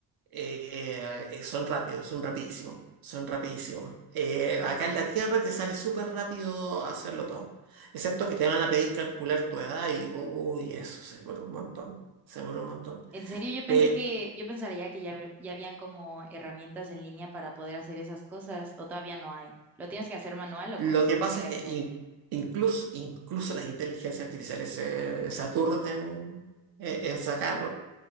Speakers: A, on the right; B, in the centre.
A: Eh, eh, son rápidos, son rapidísimos, son rapidísimos. Eh, acá en la Tierra te sale súper rápido hacerlo todo, excepto que te van a pedir calcular tu edad y, uy, eso se demora un montón, se demora un montón.
B: En serio, yo
A: Pe-
B: pensé que, yo pensaría que ya, hab- ya habían como herramientas en línea para poder hacer esas cosas, o todavía no hay. ¿Lo tienes que hacer manual o
A: lo
B: cómo se
A: que
B: tiene
A: pasa
B: que
A: es que
B: hacer?
A: in- incluso, incluso las inteligencias artificiales se, se aturden eh, en sacar,